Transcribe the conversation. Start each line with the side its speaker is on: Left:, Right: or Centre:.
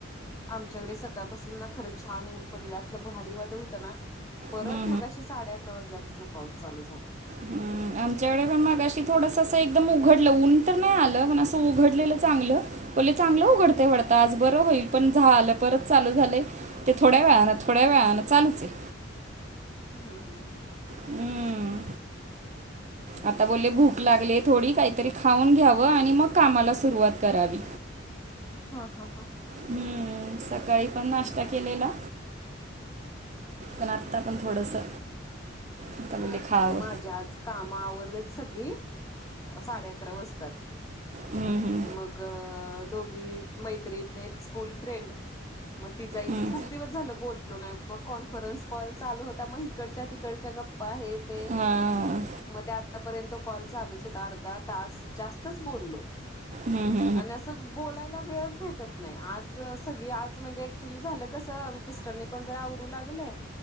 Left: आमच्याकडे सकाळपासून ना खरं छान ऊन पडलेलं, असल भारी वाटत होत ना. परत
Right: हम्म.
Left: मगाशी साडे अकरा वाजल्यापासून पाऊस चालू झालाय.
Right: हम्म. आमच्याकडे पण मगाशी थोडंस असं एकदम उघडलं, ऊन तर नाही आलं पण उघडलेलं चांगलं. पहिलं चांगलं उघडते वाढत आज बरं होईल पण झा आलं परत चालू झालंय. ते थोड्या वेळान थोड्या वेळान चालूच आहे.
Left: हम हम हम.
Right: हम्म. आता बोलले भूक लागले थोडी, काहीतरी खाऊन घ्यावं आणि मग कामाला सुरुवात करावी.
Left: हा हा हा.
Right: हम्म, सकाळी पण नाष्टा केलेला. पण आत्ता पण थोडंसं. आता बोलले
Left: अऍक्च्युली
Right: खावं
Left: माझ आज काम आवरल्यात सगळी, साडे अकरा वाजतातच.
Right: हम्म हम्म.
Left: मग दोघी मैत्रिणी आहेत, स्कूल फ्रेंड. मग तिजा एक
Right: हम्म.
Left: खूप दिवस झालं बोललो नाही, मग कॉन्फरन्स कॉल चालू होता मग इकडच्या तिकडच्या. इकडच्या गप्पा आहे ते.
Right: हां
Left: मग ते आतापर्यंत कॉल चालू हुता, अर्धा तास जास्तच बोललो.
Right: हम् हम
Left: आणि असं बोलायला वेळच भेटत नाही, आज सगळी आज म्हणजे ऍक्च्युली झालं कसं मिस्टरनी पण जरा आवरू लागले,